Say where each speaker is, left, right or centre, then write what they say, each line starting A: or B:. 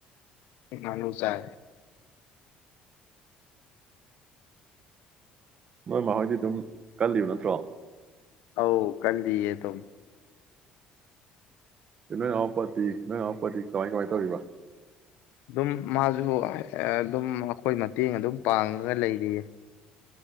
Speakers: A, on the left; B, on the right.
A: ꯃꯥꯅꯨꯁꯔ
B: ꯅꯣꯏ ꯃꯈꯣꯏꯗꯤ ꯑꯗꯨꯝ ꯀꯜꯂꯤꯕ ꯅꯠꯇ꯭ꯔꯣ
A: ꯑ ꯀ ꯂꯦ ꯇꯨꯝ
B: ꯅꯣꯏ ꯉꯋꯥꯄꯥꯇꯤ ꯅꯣꯏ ꯑꯋꯥꯄꯥꯇꯤ ꯀꯃꯥꯏ ꯀꯃꯥꯏꯅ ꯇꯧꯔꯤꯕ
A: ꯑꯗꯨꯝ ꯃꯥꯖ ꯍ ꯑꯗꯨꯝ ꯑꯩꯈꯣꯏ ꯃꯇꯦꯡ ꯑꯗꯨꯝ ꯄꯥꯡꯉꯒ ꯂꯩꯔꯤꯌꯦ